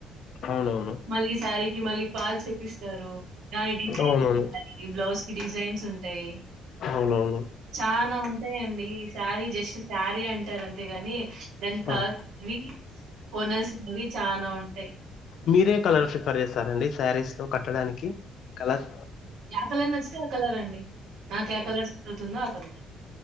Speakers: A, on the left (about 65°); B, on the right (about 75°).
A: అవునవును
B: మళ్ళీ శారీకి మళ్ళీ పాల్స్ చేపిస్తారు దాని డిజైన్స్
A: అవునవును
B: ఉంటాయి బ్లౌజ్ కి డిజైన్స్ ఉంటాయి
A: అవునవును
B: చానా ఉంటాయండి శారీ జస్ట్ శారీ అంటే అంటారు అంతేగాని దానికి కావాల్సినవి
A: ఆ
B: కొనాల్సినవి చానా ఉంటాయి
A: మీరే కలర్ ప్రిఫర్ చేస్తారండి శారీస్ లో కట్టడానికి కలర్
B: కలర్ నచ్చితే ఆ కలర్ అండి నాకు
A: అవును
B: ఏ కలర్ సూట్ అవుతుందో ఆ కలర్.